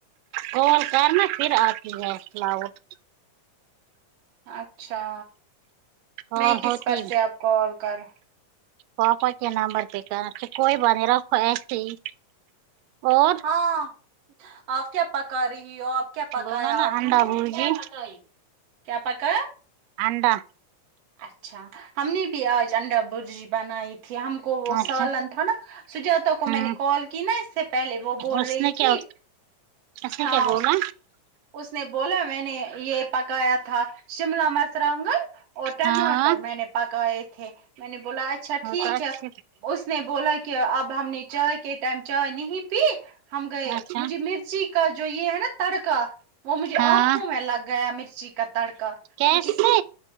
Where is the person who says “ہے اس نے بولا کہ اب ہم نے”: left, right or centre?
Right